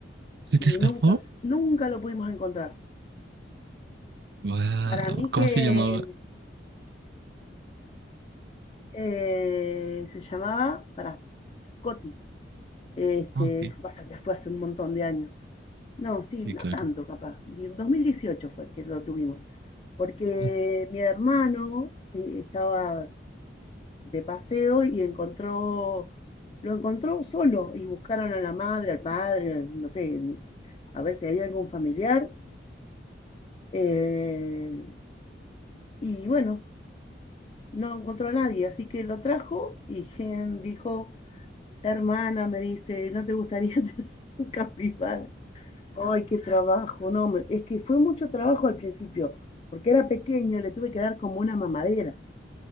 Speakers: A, on the right; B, on the left.
A: ¿Se te
B: y
A: escapó?
B: nunca, s- nunca lo pudimos encontrar.
A: Wow.
B: Para mí que
A: ¿Cómo se llamaba?
B: eh, se llamaba, para Coti, este,
A: Ah, ok.
B: pasa que fue hace un montón de años. No, sí,
A: Sí,
B: no
A: claro.
B: tanto capaz. Die- 2018 fue que lo tuvimos, porque
A: Ah,
B: mi hermano eh, estaba de paseo y encontró, lo encontró solo y buscaron a la madre, al padre, no sé, a ver si había algún familiar. eh, y bueno, no encontró a nadie, así que lo trajo y Gen dijo, hermana, me dice, ¿no te gustaría <laughs> tener un capibara? Ay, qué trabajo. No, me- es que fue mucho trabajo al principio, porque era pequeño, le tuve que dar como una mamadera.